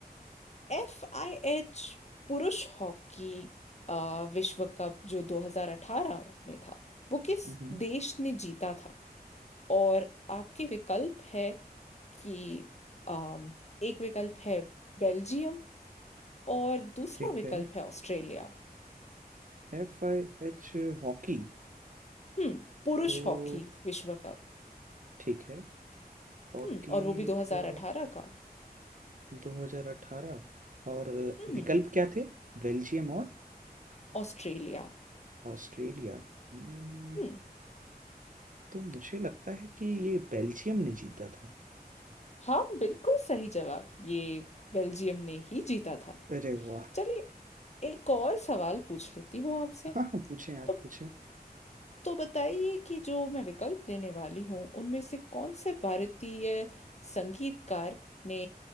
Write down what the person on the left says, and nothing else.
एफ आई एच पुरुष हॉकी अ, विश्व कप जो 2018 में था वो किस
देश ने जीता था और आपके विकल्प है कि अम, एक विकल्प है बेल्जियम और दूसरा
विकल्प
है ऑस्ट्रेलिया
हम्म पुरुष
हॉकी विश्व कप
हम्म और वो भी 2018
का
हम्म
ऑस्ट्रेलिया
हम्म
हाँ बिल्कुल सही जवाब ये बेल्जियम ने ही जीता था
चलिए एक और सवाल पूछ लेती हूँ आपसे
तो
तो बताइए कि जो मैं विकल्प देने वाली हूँ उनमें से कौन से भारतीय संगीतकार ने